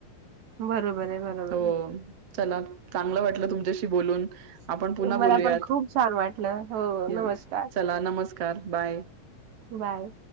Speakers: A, on the right (about 80°); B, on the right (about 40°).
A: बरोबर आहे बरोबर
B: <inaudible> <inaudible> हो
A: आहे
B: चला चांगलं वाटलं तुमच्याशी बोलून आपण
A: <inaudible>
B: पुन्हा बोलूयात.
A: मला पण खूप छान वाटलं हो
B: या
A: नमस्कार.
B: चला नमस्कार. चल बाय <inaudible>
A: बाय.